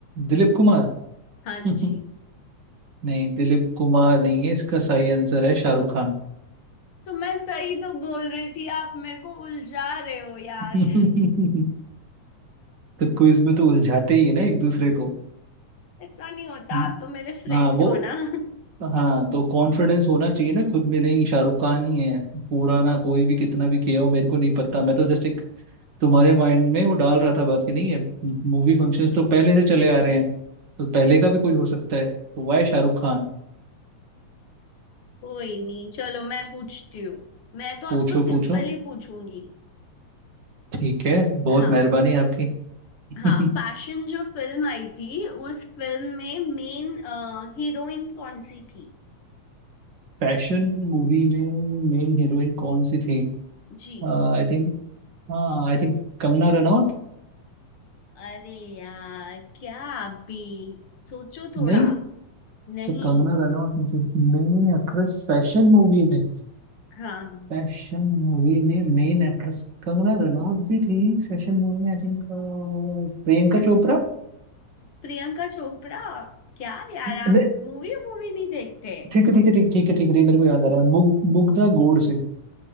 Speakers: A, on the right (about 40°); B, on the left (about 50°).
A: दिलीप कुमार
B: हाँ
A: <laughs>
B: जी
A: नहीं दिलीप कुमार नहीं है इसका सही आंसर है शाहरुख खान
B: तो मैं सही तो बोल रही थी आप मेरे को उलझा रहे हो यार
A: <laughs> तो क्विज में तो उलझाते ही है ना एक दूसरे को <laughs>
B: ऐसा नहीं होता
A: हम्म,
B: आप तो मेरे फ्रेंड
A: हाँ वो
B: हो ना <laughs>
A: हाँ तो कॉन्फिडेंस होना चाहिए ना खुद में नहीं शाहरुख खान ही है पुराना कोई भी कितना भी किया हो मेरे को नहीं पता मैं तो जस्ट एक तुम्हारे माइंड में वो डाल रहा था बात कि नहीं है मूवी फंक्शंस तो पहले से चले आ रहे हैं तो पहले का भी कोई हो सकता है तो वाई शाहरुख खान
B: कोई नहीं चलो मैं पूछती हूँ मैं तो आपको
A: पूछो
B: सिंपल
A: पूछो
B: ही पूछूंगी
A: ठीक है बहुत
B: हाँ
A: मेहरबानी आपकी <laughs>
B: हाँ फैशन जो फिल्म आई थी उस फिल्म में मेन हीरोइन कौन सी थी
A: फैशन मूवी में मेन हीरोइन कौन सी थी
B: जी
A: आई थिंक हाँ आई थिंक कंगना रनौत
B: अरे यार क्या आप भी सोचो थोड़ा
A: नहीं
B: नहीं
A: तो कंगना रनौत नहीं थी मेन एक्ट्रेस फैशन मूवी में
B: हाँ
A: फैशन मूवी में मेन एक्ट्रेस कंगना रनौत भी थी फैशन मूवी में आई थिंक प्रियंका
B: या,
A: चोपड़ा
B: प्रियंका चोपड़ा क्या यार आप
A: नहीं
B: मूवी मूवी नहीं देखते
A: ठीक है ठीक है ठीक ठीक है ठीक है मेरे को याद आ रहा है मुग मुग्धा गोड से